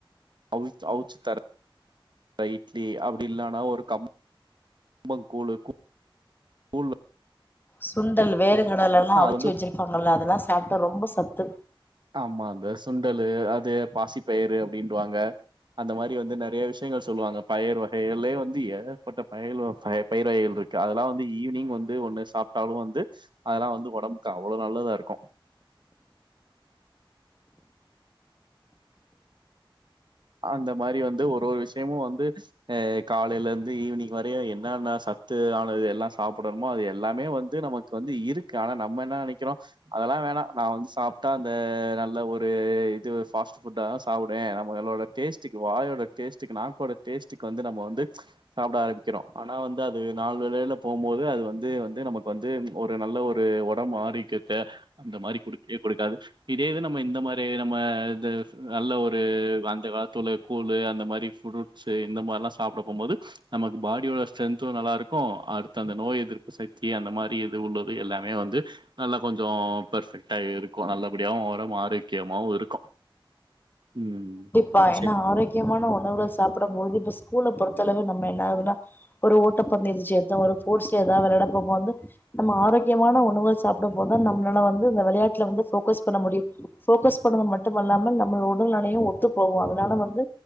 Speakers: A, on the right (about 55°); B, on the left (about 20°).
A: அ அவுச்சு தர இட்லி அப்படி இல்லனா ஒரு க கம்பங்கூழு கூ கூழ்ல
B: சுண்டல் வேர்கடல எல்லா அவிச்சு
A: வந்து
B: வச்சிருப்பாங்கல்ல அதெல்லா சாப்ட்டோ ரொம்ப சத்து
A: ஆமா இந்த சுண்டலு அது பாசிப்பயிறு அப்டின்வாங்க அந்த மாரி வந்து நெறைய விஷயங்கள் சொல்லுவாங்க பயறு வகைகள்லயே வந்து ஏகப்பட்ட பயல் வ பய பயறு வகைகள் இருக்கு அதெல்லா வந்து ஈவினிங் வந் து ஒண்ணு சாப்ட்டாலு வந்து அதெல்லா வந்து ஒடம்பு அவ்ளோ நல்லதா இருக்கு அந்த மாரி வந்து ஒரு ஒரு விஷயமு வந்து ஆ காலைல இருந்து ஈவினிங் வரைய என்னன்ன சத்து ஆனது எல்லா சாப்படணுமோ அது எல்லாமே வந்து நமக்கு வந்து இரு க்கு ஆனா நம்ம என்ன நெனைக்கிறோ அதெல்லா வேணா நா வந்து சாப்ட்டா அந்த நல்ல ஒரு இது பாஸ்ட் ஃபுட்டாதா சாப்புடுவே ந ம்மளோட டேஸ்டுக்கு வாயோட டேஸ்டுக்கு நாக்கோட டேஸ்ட்டுக்கு வந்து நம்ம வந்து சாப்ட ஆரம்பிக்கிறோ ஆனா வந்து அது நாளடைவில போகும்போது அது வந்து வந்து நமக்கு வந்து ஒரு நல்ல ஒரு ஒடம்பு ஆரோக்கியத்த அந்த மாரி குடுக்கவே குடுக்காது இதே இது நம்ம இந்த மாரி நம்ம இந்த நல்ல ஒரு இல்ல அந்த காலத்து உள்ள கூழு அந்த மாரி ஃப்ரூட்ஸு இந்த மாரல்லா சாப்ட போம்போது நமக்கு பாடியோட ஸ்ட்ரென்த்து நல்லா இருக்கு அடுத்த அந்த நோய் எதிர்ப்பு சக்தி அந்த மாரி இது உள்ளது எல்லாமே வந்து நல்லா கொஞ்சோ பர்ஃபெக்டா இருக்கு நல்லபடியாவு ஒடம்பு ஆரோக்கியமாவு இருக்கு ம்
B: பா ஏன்னா
A: செரி
B: ஆரோக்கியமான உணவுகள் சாப்டும்பொழுது இப்ப ஸ்கூல பொறுத்தளவு நம்ம என்ன ஆகுதுன்னா ஒரு ஓட்டப்பந்தயத்துல சேந்தா ஒரு ஸ்போர்ட்ஸ் எதா வெளையாட போம்போது நம்ம ஆரோக்கியமான உணவ சாப்டும்போதுதா நம்மளால வந்து இந்த வெளையாட்டுல வந்து ஃபோகஸ் பண்ண முடியு ஃபோகஸ் பண்ணது மட்டுமல்லாமல் நம்ம உடல் நி லையு ஒத்து போகு அதனால வந்து